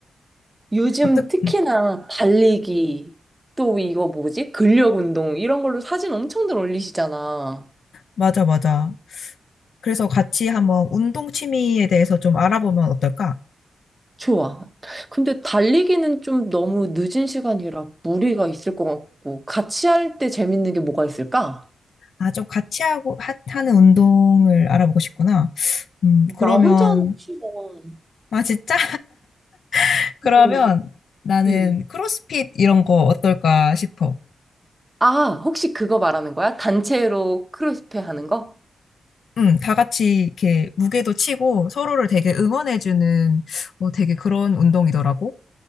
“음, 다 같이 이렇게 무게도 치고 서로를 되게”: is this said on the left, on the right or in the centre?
Left